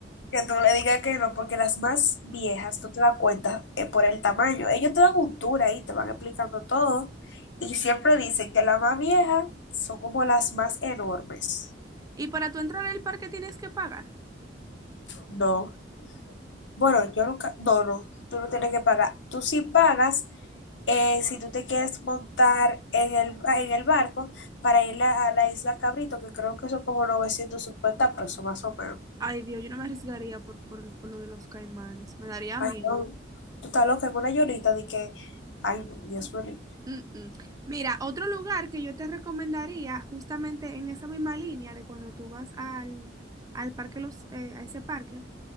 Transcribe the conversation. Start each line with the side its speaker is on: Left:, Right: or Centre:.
Left: que tú le digas que no, porque las más viejas, tú te das cuenta eh, por el tamaño. Ellos te dan un tour ahí, te van explicando todo. Y siempre dicen que las más viejas son como las más enormes.
Right: Y para tú entrar al parque tienes que pagar.
Left: no. Bueno, yo nunca, no, no, tú no tienes que pagar. Tú sí pagas eh, si tú te quieres montar en el, ba- en el barco para ir a, a la isla Cabrito, que creo que son como 950 pesos más o menos.
Right: Ay, Dios, yo no me arriesgaría por, por, por lo de los caimanes. Me daría
Left: Ay,
Right: miedo.
Left: no, tú estás loca en una llorita de que, ay, no, Dios mío.
Right: Mm, mm. Mira, otro lugar que yo te recomendaría, justamente en esa misma línea de cuando tú vas al, al parque, los, eh, a ese parque,